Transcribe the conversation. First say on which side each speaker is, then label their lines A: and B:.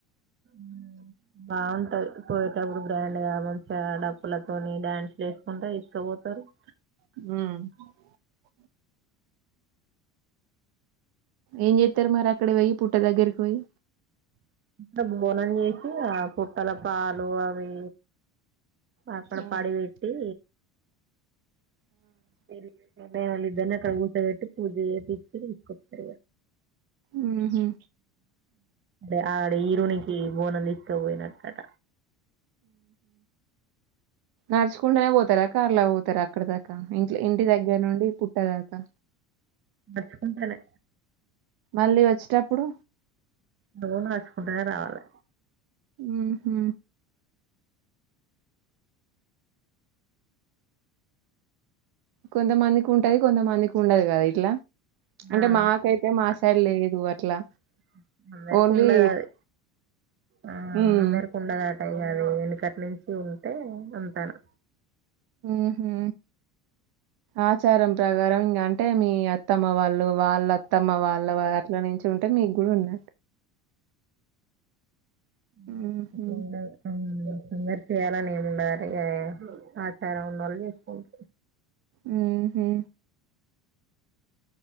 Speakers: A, on the right; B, on the right.
A: మ్ బాగుంటాది పోయేటప్పుడు బ్రాండ్ గా మంచిగా డప్పులతోని డ్యాన్స్ చేసుకుంటారు తీస్కాపోతారు
B: మ్ ఏం చేస్తారు మరి అక్కడ పోయి పుట్ట దగ్గరికి పోయి
A: <unintelligible> బోనం చేసి ఆ పుట్టల పాలు అవి అక్కడ
B: ఆ
A: పడి పెట్టీ <unintelligible> ఇదనా కగుసబట్టి పూజ తీ ఇచ్చి ఇసుకతారు
B: ఉహు
A: అ ఆడ ఇరునికి పోన నిస్త పోయినాట్కట
B: నడుచుకుంటనే పోతారా క అర్లా పోతారా అక్కడ దాకా క ఇంట్ ఇంటి దగ్గర నుండి పుట్టదాకా
A: మర్చకుంటలే
B: మళ్ళీ వచ్చేటప్పుడు
A: నువ్వును నచుకుంటానే రావాలి
B: మ్ హు కొంతమందికి ఉంటది కొంతమందికి ఉండదు కదా ఇట్లా అంటే
A: ఆ
B: మాకైతే మా
A: అఅందరికి
B: సైడ్ లేదు అట్లా ఓన్లీ
A: ఉండదు అది ఆ
B: ఉమ్
A: అఅందరికి ఉండద అంటాయి అది వెనుకటి నుంచి ఉంటే ఉంటాను
B: ఉహు ఆచారం ప్రకారం ఇంకా అంటే మీ అత్తమ్మ వాళ్ళు వాళ్ళ అత్తమ్మ వాళ్ళ అట్ల నుంచి ఉంటే మీకు కూడా ఉన్న
A: <unintelligible>
B: ఉహు
A: అందరి చేయాలని ఏమి ఉండాలి ఇ ఆచారం ఉన్న వాళ్ళు చేసుకుంట
B: మ్ హు